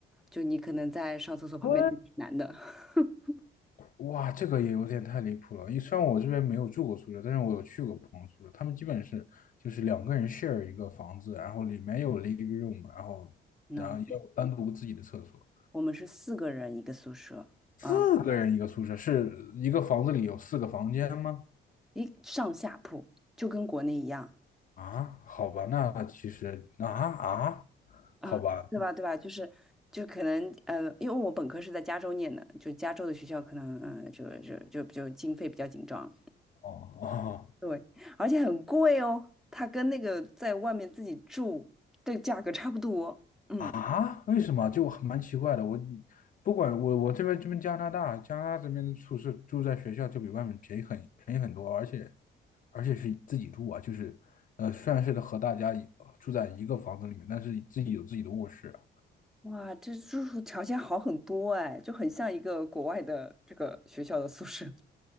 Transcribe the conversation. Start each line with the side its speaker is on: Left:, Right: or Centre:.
Centre: 就你可能在上厕所旁边的是男的。
Left: 我
Centre: <laughs>
Left: 哇，这个也有点太离谱了。因为虽然我这边没有住过宿舍，但是我有去过朋友宿舍，他们基本是就是两个人 share 一个房子，然后里面有 living room，然后然后也有单独自己的厕所，
Centre: no，我们是四个人一个宿舍啊，
Left: 四个人一个宿舍，是一个房子里有四个房间吗？
Centre: 一上下铺，就跟国内一样
Left: 啊，好吧，那其实啊啊，
Centre: 啊，
Left: 好吧，
Centre: 对吧？对吧？就是就可能呃，因为我本科是在加州念的，就加州的学校可能嗯、呃就就就就经费比较紧张，
Left: 哦哦，
Centre: 对，而且很贵哦，它跟那个在外面自己住的价格差不多。嗯，
Left: 啊？为什么？就蛮奇怪的。我不管我我这边这边加拿大加拿大这边的宿舍住在学校就比外面便宜很便宜很多，而且而且是自己住啊，就是呃虽然是和大家一住在一个房子里面，但是自己有自己的卧室啊
Centre: 哇，这住宿条件好很多哎，就很像一个国外的这个学校的宿舍。